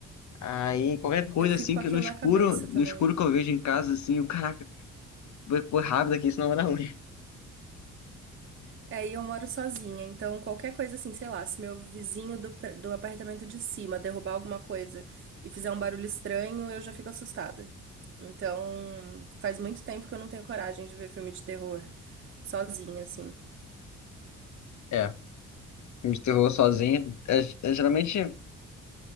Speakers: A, on the left; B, on the right.
A: Aí qualquer coisa
B: Eu fico
A: assim
B: com
A: que
B: aquilo
A: no escuro,
B: na cabeça
A: no
B: também.
A: escuro que eu vejo em casa, assim, eu, caraca, vou pôr rápido aqui, senão vai dar ruim.
B: É, e eu moro sozinha, então qualquer coisa assim, sei lá, se meu vizinho do, pre- do apartamento de cima derrubar alguma coisa e fizer um barulho estranho, eu já fico assustada. Então, faz muito tempo que eu não tenho coragem de ver filme de terror sozinha, assim.
A: É, filme de terror sozinho, é, é, geralmente,